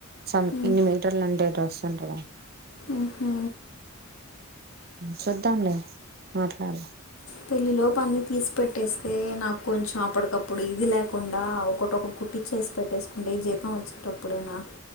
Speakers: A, on the right; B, on the left.
A: సం
B: ఉమ్,
A: ఇన్ని మీటర్లు అంటే డ్రెస్ ఉంటదా
B: ఉహు
A: చూద్దాంలే మాట్లాడు
B: పెళ్లిలో పని తీసి పెట్టేస్తే నక్ కొంచెం అప్పటికప్పుడు ఇది లేకుండా ఒకటొకటి కుట్టిచ్చేసి పెట్టేసుకుంటే జీతం వచ్చి టప్పుడైనా